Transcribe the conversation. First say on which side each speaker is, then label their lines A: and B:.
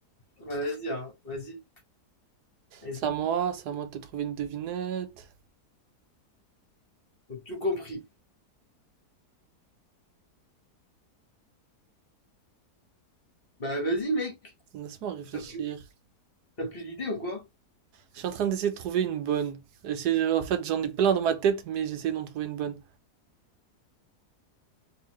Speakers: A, on the left (about 35°); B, on the right (about 75°).
A: Bah, vas-y, hein. Vas-y. Vas-y.
B: C'est à moi, c'est à moi de te trouver une devinette.
A: T'as tout compris. Bah vas-y mec,
B: Laisse-moi réfléchir.
A: t'as t'as plus d'idées ou quoi?
B: Je suis en train d'essayer de trouver une bonne. Essayer- En fait, j'en ai plein dans ma tête, mais j'essaie d'en trouver une bonne.